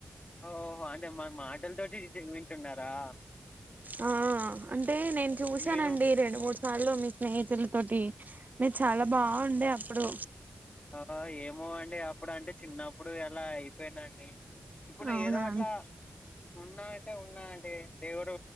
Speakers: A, on the left; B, on the right.
A: ఓహో అంటే మన మాటలతోటి ఇటు వింటున్నారా?
B: ఆ అంటే నేను చూసానండి
A: నేను
B: రెండు మూడు సార్లు మీ స్నేహితులతోటి మీరు చాలా బాగుండే అప్పుడు
A: అ ఆ ఏమో అండి అప్పుడు అంటే చిన్నప్పుడు అలా అయిపోయిదండి. ఇప్పుడ్నేఏదో
B: అవునా
A: అట్లా ఉన్నా అంటే ఉన్నా అండి దేవుడు